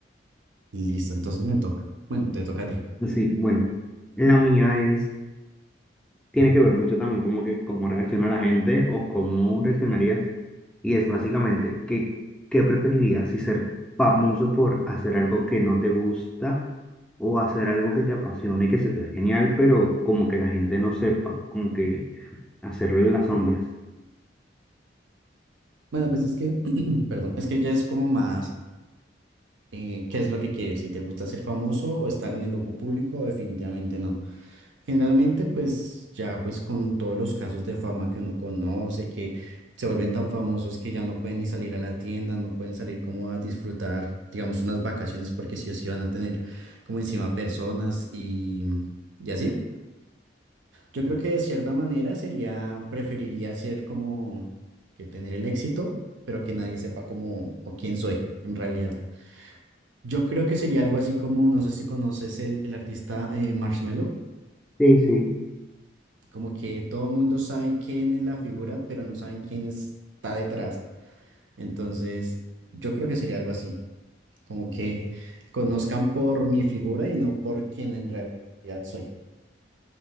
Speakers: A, on the right; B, in the centre.
A: Listo, entonces me toca. Bueno, te toca a ti.
B: Sí, bueno, la mía es, tiene que ver mucho también como que cómo reacciona la gente o cómo reaccionarías Y es básicamente, ¿qué, qué preferirías? Si ser famoso por hacer algo que no te gusta o hacer algo que te apasione y que se te dé genial, pero como que la gente no sepa, como que hacerlo en las sombras.
A: Bueno, pues es que, <clears throat> perdón, es que ya es como más, eh, ¿qué es lo que quieres? Si te gusta ser famoso o estar en el ojo público, definitivamente no. Generalmente, pues ya pues con todos los casos de fama que uno conoce, que se vuelven tan famosos que ya no pueden ni salir a la tienda, no pueden salir como a disfrutar, digamos, unas vacaciones porque sí o sí van a tener como encima personas y, y así. Yo creo que de cierta manera sería, preferiría ser como que tener el éxito, pero que nadie sepa cómo o quién soy en realidad. Yo creo que sería algo así como, no sé si conoces el, el artista eh, Marshmello,
B: Sí, sí,
A: como que todo el mundo sabe quién es la figura, pero no saben quién está detrás. Entonces, yo creo que sería algo así, como que conozcan por mi figura y no por quién en realidad soy.